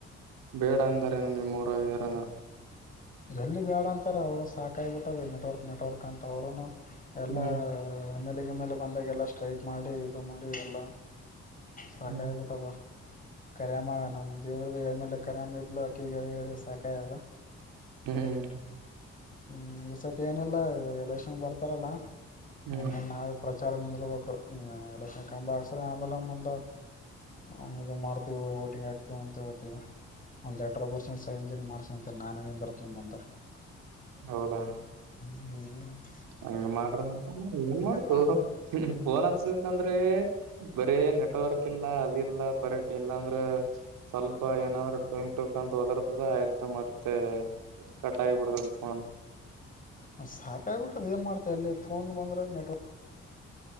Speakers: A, on the right (about 75°); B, on the left (about 25°).
A: ಬೇಡ ಅಂದಾರೇನು ನಿಮ್ಮೂರಗಯಾರನ.
B: ಎಲ್ಲಿ ಬ್ಯಾಡ ಅಂತಾರ ಅವ ಸಾಕಾಯಬಿಟ್ಟಾದ ನೆಟ್ವರ್ಕ್- ನೆಟ್ವರ್ಕ್ ಅಂತ ಅವ್ರನು. ಎಲ್ಲಾಎಮ್ಮೇಲ್ಲೆ
A: ಹ್ಮ್
B: -ಗಿಮ್ಮೇಲೆಗೆ ಬಂದಾಗ ಎಲ್ಲ ಸ್ಟ್ರೈಕ್ ಮಾಡಿ ಇದು ಮಾಡಿ ಇದೆಲ್ಲ ಸಕಾಗಿಬಿಟ್ಟದ.
A: ಹ್ಮ್
B: ಕರ್ಯಮ್ಮನಮ ದೇವದುರ್ಗದ ಎಮ್, ಎಲ್, ಎ ಕರ್ಯಾಮ ಇದ್ಲುೂ ಅಕಿಗಿ ಹೇಳಿ - ಹೇ ಳಿಸಾಕಾಗದ. -
A: ಹ್ಮ್,,
B: ಹ್ಮ್, ಈಸತಿ ಏನಿಲ್ಲಾ ಇವಾಗ ಎಲೆಕ್ಷನ್ ಬರ್ತಾವಲ್ಲಾ
A: ಹ್ಮ್
B: ಹಂಗನ ನಾವೆ ವಿಚಾರ ನಿಿ <unintelligible> ರ್ಬೇಕು ಎಲೆಕ್ಷನ್ ಕ ಹಕ್ಸ್ರ ಆಮೇಲೆ ಮುಂದೆ ಹ ಇದು ಮಾಡ್ತೀವ ಓಟಿಂಗ್ ಆಗ್ತಿವ ಅಂತ ಹೇಳ್ತಿವಿ. ಒಂದ್ ಲೇಟರ್ ಬರ್ಷಿಸೈನ್ -ಗಿನ್ ಮಾಡ್ಸಂತ ನಾನ ನಿಂದ್ರತಿನಿಮುಂದ.
A: ಹೌದಾ,
B: ಹ್ಮ <inaudible>
A: ಹಂಗ ಮಾಡ್ರಂತ ಎನ್ ಮಾಡ್ತು
B: ಮಾಡ್
A: ಫೋನ್ <unintelligible> ಹಸಕಂದ್ರೆ ಬರ ನೆಟ್ವರ್ಕ್ ಇಲ್ಲ ಅದ ಇಲ್ಲ ಬರ ಇಲ್ಲಾಂದ್ರೆ, ಸ್ವಲ್ಪ ಏನಾದ್ರೂ ಟುಂಕ್ -ಟುಂಕ್ ಅಂತ ಹೋದರತ. ತದ ಆಯ್ತಾ ಮತ್ತೆ ಕಟಾಗಿ ಬಿಡ್ತದ.. <unintelligible>
B: ಸಾಕಾಗಬಿಟ್ಟದ ಏನ್ ಮಾಡ್ತಿಅಲ್ಲಿ ಫೋನ್ ಬಂದ್ರೆ ನೆಟ್ವರ್ಕ್,